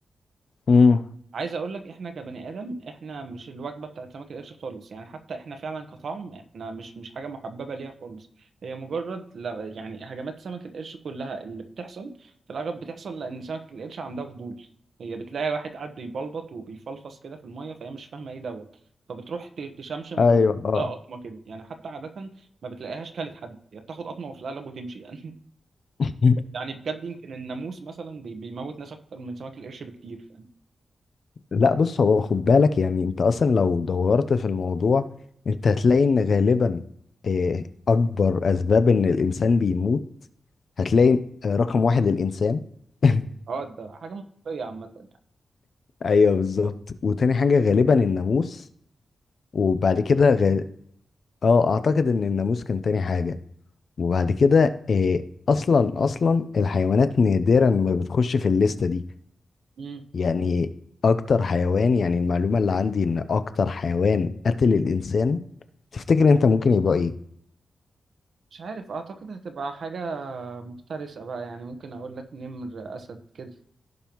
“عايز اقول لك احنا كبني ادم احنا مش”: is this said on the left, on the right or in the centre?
Right